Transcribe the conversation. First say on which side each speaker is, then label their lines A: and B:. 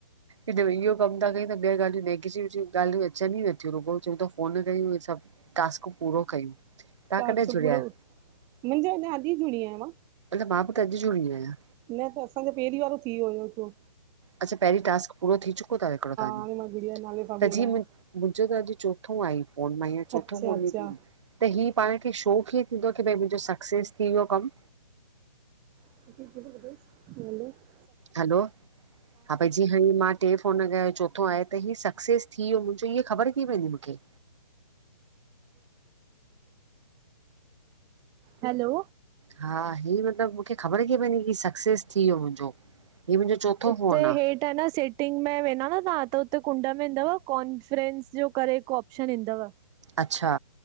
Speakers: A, on the right (about 55°); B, on the right (about 20°).
A: इहो कमु था कयूं त ॿियूं ॻाल्हियूं नेगिटिविटी जी ॻाल्हियूं अचन ही नथयूं चंउता रूॻो फ़ोन कयूं सभ टास्क पूरो कयूं। तव्हां
B: टास्क
A: कॾहिं जुड़िया
B: पूरो
A: आहियो?
B: मुंहिंजो अञा अॼु ई जुड़ी आहियां मां।
A: मतलब मां बी त अॼु जुड़ी आहिया।
B: न त असांजो पहिरीं वारो थी वियो हुओ हिकड़ो।
A: अच्छा पहिरीं टास्क पूरो थी चुकयो तव हिकिड़ो तव्हांजो?
B: हाणे मां गुड़िया जे नाले सां पई
A: त
B: हलायां
A: जीअ मु मुंहिंजो त अॼु चोथो आहे फोन मा हियर चोथो
B: अच्छा
A: फोन
B: अच्छा
A: ई थीय त ही पाण खे शौ क़ुीअं थींदो की भई मुंहिंजो सक्सेस थी वियो कम?
B: <unintelligible>
A: हैलो हा बाईजी हा मां टे फ़ोन कया, चोथो आहे त हीउ सक्सैस थी वियो, मुंहिंजो हीअ ख़बर किअं पवंदी मूंखे?
B: हैलो
A: हा ही मतिलब मूंखे ख़बर किए पवंदी की सक्सेस थी वियो मुंहिंजो हीउ मुंहिंजो। चोथों
B: उते
A: फोन आहे
B: हेठि -- त न सेटिंग में वेंदा न तव्हां त हुते कुंड में ईंदव कॉन्फ्रेंस जो करे हिकु ऑप्शन ईंदव।
A: अच्छा।